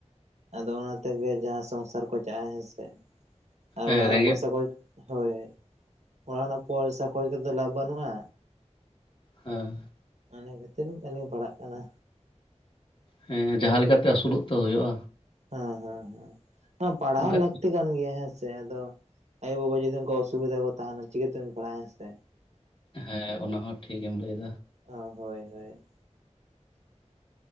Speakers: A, on the right (about 65°); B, on the left (about 45°).
A: ᱟᱫᱚ ᱚᱱᱟ ᱛᱮᱜᱮ ᱡᱟᱦᱟᱸ ᱥᱚᱝᱥᱟᱨ ᱠᱚ ᱪᱟᱼᱟ ᱦᱮᱸ ᱥᱮ ᱟᱨ
B: ᱦᱮᱸ
A: ᱚᱲᱟᱜ ᱨᱮᱱᱟᱜ
B: ᱨᱮᱸᱜᱮᱡ
A: ᱯᱚᱭᱥᱟ ᱠᱚᱭ ᱦᱳᱭ ᱚᱲᱟᱜ ᱨᱮᱱᱟᱜ ᱯᱚᱭᱥᱟ ᱠᱚᱭ ᱠᱟᱛᱮᱫ ᱫᱚ ᱞᱟᱵᱷ ᱵᱟᱹᱱᱩᱜᱼᱟ
B: ᱦᱮᱸ
A: ᱚᱱᱟ ᱠᱷᱟᱹᱛᱤᱨ ᱵᱟᱹᱞᱤᱧ ᱯᱟᱲᱦᱟᱜ ᱠᱟᱱᱟ
B: ᱦᱮᱸ ᱡᱟᱦᱟᱸ ᱞᱮᱠᱟᱛᱮ ᱟᱹᱥᱩᱞᱚᱜ ᱛᱚ ᱦᱩᱭᱩᱜᱼᱟ
A: ᱦᱮᱸ ᱦᱮᱸ ᱦᱮᱸ ᱯᱟᱲᱦᱟᱣ
B: ᱚᱱᱠᱟ
A: ᱞᱟᱹᱠᱛᱤ ᱠᱟᱱ ᱜᱮᱭᱟ ᱦᱮᱸ ᱥᱮ ᱟᱫᱚ ᱟᱭᱳ ᱵᱟᱵᱟ ᱡᱩᱫᱤ ᱩᱱᱠᱩ ᱚᱥᱩᱵᱤᱫᱟ ᱠᱚ ᱛᱟᱦᱮᱱᱟ ᱪᱤᱠᱟᱹᱵᱮᱱ ᱯᱟᱲᱦᱟᱜᱼᱟ ᱦᱮᱸᱥᱮ
B: ᱦᱮᱸ ᱚᱱᱟ ᱦᱚᱸ ᱴᱷᱤᱠ ᱮᱢ ᱞᱟᱹᱭ ᱮᱫᱟ
A: ᱚ ᱦᱳᱭ ᱦᱳᱭ